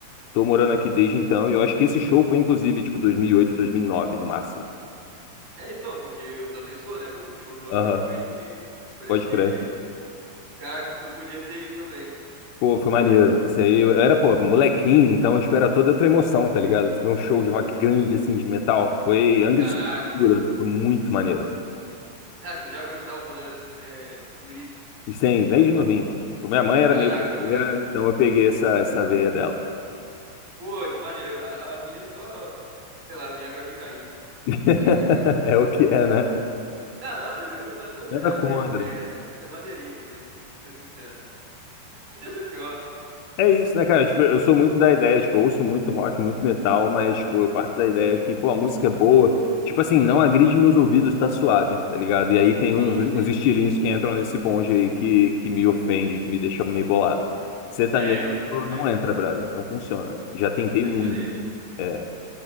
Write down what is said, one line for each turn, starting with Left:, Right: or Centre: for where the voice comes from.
Left: Tô morando aqui desde então. E eu acho que esse show foi inclusive, tipo, 2008, 2009 no máximo.
Right: É, então, porque eu também sou, né? O o show do Angra
Left: Aham,
Right: foi no Rio. Por
Left: pode
Right: isso que,
Left: crer.
Right: <laughs> cara, tu podia ter ido também.
Left: Pô, foi maneiro. Isso aí, eu era, pô, molequinho, então espera toda outra emoção, tá ligado? Ver um show de rock grande, assim, de metal. Foi Angry
Right: Caraca.
Left: Sepultura. Foi muito maneiro.
Right: Cara, tu já gostava quando era é, guri.
Left: E sem, desde novinho, mano. Tipo, minha mãe era
Right: Caraca,
Left: meio roqueira,
Right: eu brabo.
Left: então eu peguei essa, essa veia dela.
Right: Pô, que maneiro. A, a minha só. Sei lá, a minha gosta de calypso.
Left: <laughs>
Right: <laughs>
Left: É o que é, né?
Right: Não, nada de. Não, não que
Left: Nada
Right: seja
Left: contra.
Right: ruim também. É, é maneirinho também. pra Ser sincero. Podia ser pior.
Left: É isso, né, cara? Tipo, eu sou muito da ideia, tipo, eu ouço muito rock, muito metal, mas, tipo, eu parto da ideia que, pô, a música é boa, tipo assim, não agride meus ouvidos, tá suave, tá ligado? E aí tem
Right: Sim,
Left: uns,
Right: sim.
Left: uns estilinhos que entram nesse bonde aí que, que me ofende, que me deixa meio bolado. Sertanejo
Right: É, eu também.
Left: não entra, brother, não funciona. Já tentei
Right: Sertanejo.
Left: muito. é.